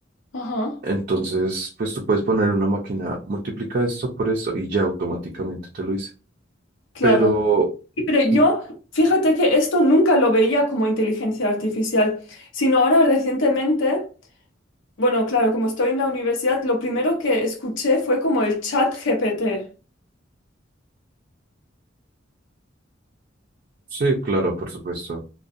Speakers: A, on the left (about 80°); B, on the right (about 50°).
A: Ajá,
B: Entonces, pues tú puedes poner una máquina, multiplica esto por esto y ya automáticamente te lo dice
A: claro.
B: Pero,
A: Y Pero yo,
B: y-
A: fíjate que esto nunca lo veía como inteligencia artificial, sino ahora recientemente, bueno, claro, como estoy en la universidad, lo primero que escuché fue como el chat GPT.
B: sí, claro, por supuesto.